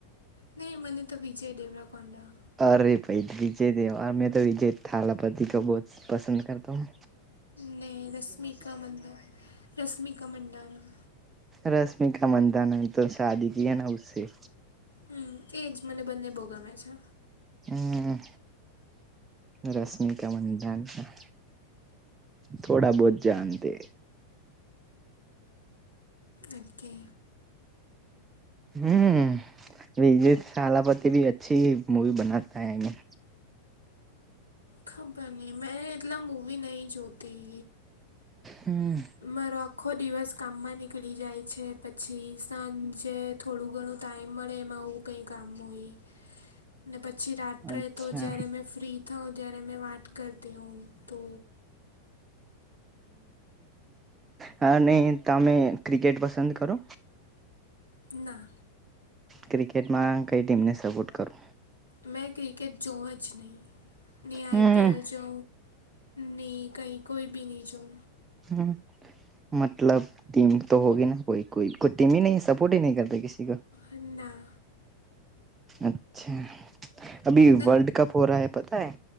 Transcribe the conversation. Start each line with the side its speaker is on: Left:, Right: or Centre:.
Left: નઈ મને તો વિજય દેવરકોંડા.
Right: અરે ભાઈ વિજય દેવા મે તો વિજય થલપતિ બહુ પસંદ કરતા હું.
Left: ને રશ્મિકા મંડ રશમિકા મંડારા.
Right: રશ્મિ કા મંધાાન તો શાદી કી હે ના ઉસે.
Left: હમ તે જ મને બંને બહુ ગમે છે.
Right: હમ રશ્મિકા મંધાના થોડા બહુત જાણતે હે.
Left: ઓકે.
Right: હમ. વિજત થાલાપતિ ભી અચછી હી મૂવી બનાતા હે અયા.
Left: ખબર નહીં મેં એતલા મૂવી નહીં જોતી.
Right: હમ
Left: મારો આખો દિવસ કામમાં નીકળી જાય છે પછી સાંજે થોડું ઘણું ટાઈમ મળે એમાં આવું કંઈ કામ હોય ઈ. ને પછી રાત્રે
Right: અચ્છા
Left: તો જ્યારે મેં ફ્રી થઉં ત્યારે મેં વાત કરતી હોઉં તો
Right: હ અને તમે ક્રિકેટ પસંદ કરો?
Left: ના.
Right: ક્રિકેટમાં કઈ ટીમને સપોર્ટ કરો?
Left: મેં ક્રિકેટ જોવ જ નહીં ની આઈપીએલ
Right: હમ
Left: જઓ નહીં કહી કોઈ બી નહી જોવ.
Right: હમ મતલબ ટીમ તો હોગી ના કોઈ? કોઈ કોઈ ટીમી નહીં સપોર્ટ હી નહી કરતે કિસી કો.?
Left: અ ના.
Right: અચ્છા અભી
Left: ન
Right: વર્લ્ડ કપ હો રહા હૈ પતા હે?